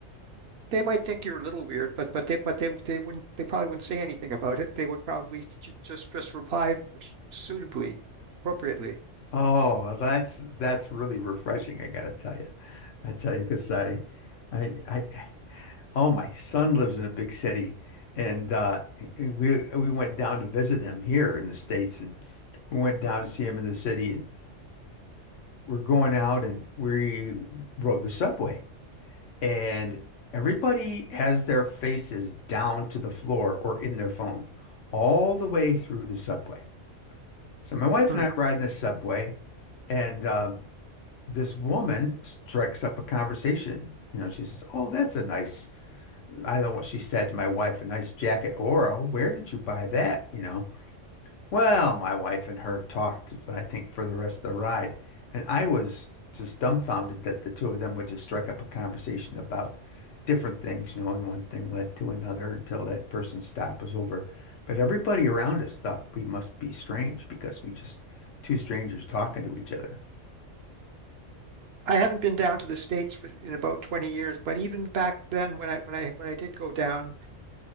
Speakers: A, on the right; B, on the left.
A: They might think you're a little weird, but but they but they they wouldn't they probably wouldn't say anything about it. They would probably j- just just reply suitably, appropriately.
B: Oh, well, that's that's really refreshing, I gotta tell you. I tell you, because I, I, I, oh, my son lives in a big city, and uh, we we went down to visit him here in the States, and we went down to see him in the city, and we're going out and we rode the subway and everybody has their faces down to the floor or in their phone all the way through the subway. So my wife
A: Hmm.
B: and I are riding the subway and um, this woman strikes up a conversation. You know, she says, Oh, that's a nice, I don't know what she said to my wife, a nice jacket. Oro, where did you buy that? You know? Well, my wife and her talked, I think, for the rest of the ride. And I was just dumbfounded that the two of them would just strike up a conversation about different things, you know, and one thing led to another until that person's stop was over. But everybody around us thought we must be strange because we just two strangers talking to each other.
A: I haven't been down to the States for in about 20 years, but even back then when I when I when I did go down.